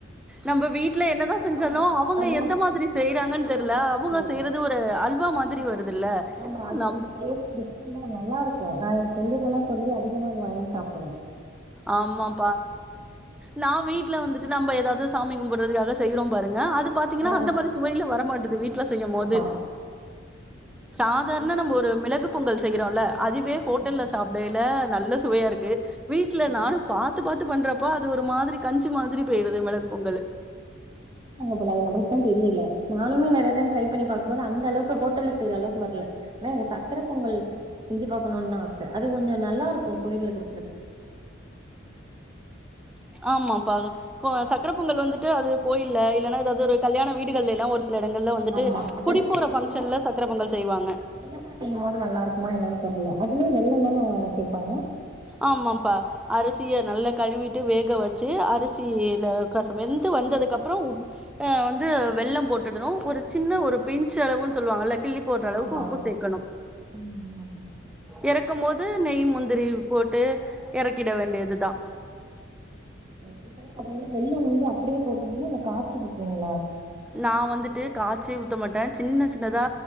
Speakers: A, in the centre; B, on the right (about 25°).
A: நம்ப வீட்ல என்னதா செஞ்சாலு
B: ஆ
A: அவுங்க
B: அது
A: எந்த
B: நா
A: மாதிரி செய்றாங்கன்
B: செய்றதுலா
A: தெர்ல அவுங்க
B: தெரியல
A: செய்றது ஒர் ச அல்வா மாதிரி வருதுல்ல
B: ஆமா அது
A: நம்
B: ஒரு டேஸ்ட் டிஃப்ரென்டா நல்லாருக்கு நா எ ஃப்ரென்டுட்டல சொல்லி அதிகமா வாங்கி சாப்பிடுவே
A: ஆமாப்பா நா வீட்ல வந்துட்டு நம்ப ஏதாது சாமி கும்புட்டுறதுக்காக செய்றோம் பாருங்க அது பாத் த்தீங்கன்னா
B: ஆ
A: அந்த மாரி சுவைல வர மாட்டுது வீட்ல செய்யம்மோது
B: ஆமா
A: சாதார்ண
B: இது
A: நம்ப ஒரு மிளகுப் பொங்கல் செய்யிறோல்ல அதுவே
B: ஆமா
A: ஹோட்டல்ல சாப்பிடையில நல்ல சுவையாருக்கு வீட்ல
B: ஆமா
A: நானு பாத் த்து பார்த்து பண்றப்போ அது ஒரு மாதிரி கஞ்சி மாதிரி பெய்டுது மிளகு பொங்கலு
B: அதுனால் நம்மக்கும் தெரியல நானுமே நெறைய டைம் ட்ரை பண்ணி பாக்குமோது அந்தளவுக்கு ஹோட்டல்ல செய்ற அளவுக்கு வர்ல ன ந்த சக்கர பொங்கல் செஞ்சு பா்க்கணூன் தா ஆச அது கொஞ்சோ நல்லாருக்கு கோயில்ல குடுக்
A: ஆமாப்பா கோ சக்கர பொங்கல் வந்துட்டு அது கோயில்ல இல்லன்னா எதாவ்து ஒரு கல்யாண வீடுகள்ல எல்லா ஒரு ஸ் சில எடங்கள்ல வந்துட்டு
B: ஆமா அது
A: குடிப்போற
B: அது
A: ஃபங்க்ஷன்ல
B: என்னமோ
A: சக்கர பொங்கல் செய்வாங்க
B: அதிகமா செய்யும்மோது நல்லாருக்குமா என்னன்னு தெரியல அதுலயு வெல்லம் தனா சேப்பாங்க
A: ஆமாப்பா அரிசிய நல்ல கழுவிட்டு வேக வச்சு அரிசியில கொசம் வெந்து வந்ததுக்கு அப்புறோ உப் அ வந்து வெல்லம் போட்டுடணு ஒரு சின்ன ஒரு பிஞ்ச் அளவுன்னு சொல்லுவாங்கல்ல கிள்ளிப் போட்ற அளவுக்கு
B: ஆமா
A: உப்பு சேக்கணு
B: ம் ம்.
A: எறக்கம்போது நெய் முந்திரி போட்டு எறக்கிட வேண்டியது தா
B: ம் இப்பல அதுல இருந்து வெல்லம் வந்து அப்புடியே போட்றுவீங்களா இல்ல காச்சி ஊத்துவீங்ளா
A: நா வந்துட்டு காச்சி ஊத்த மாட்ட சின்ன சின்னதா